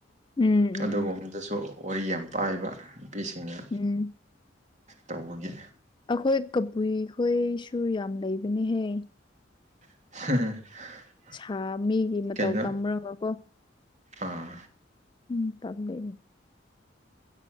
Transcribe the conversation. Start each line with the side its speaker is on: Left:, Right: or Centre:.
Left: ꯎꯝ ꯎꯝ
Right: ꯑꯗꯨꯒꯨꯝꯕꯗꯁꯨ ꯋꯥꯔꯤ ꯌꯥꯝ ꯇꯥꯏꯕ ꯅꯨꯄꯤꯁꯤꯡꯅ
Left: ꯎꯝ
Right: ꯇꯧꯕꯒꯤ
Left: ꯑꯩꯈꯣꯏ ꯀꯕꯨꯏ ꯈꯣꯏꯁꯨ ꯌꯥꯝ ꯂꯩꯕꯅꯤꯍꯦ
Right: <unintelligible>
Left: ꯁꯥ ꯃꯤꯒꯤ ꯃꯇꯧ
Right: ꯀꯩꯅꯣ
Left: ꯇꯝ꯭ꯔꯒ ꯀꯣ
Right: ꯑꯥ
Left: ꯎꯝ ꯇꯝ ꯂꯩꯅꯤ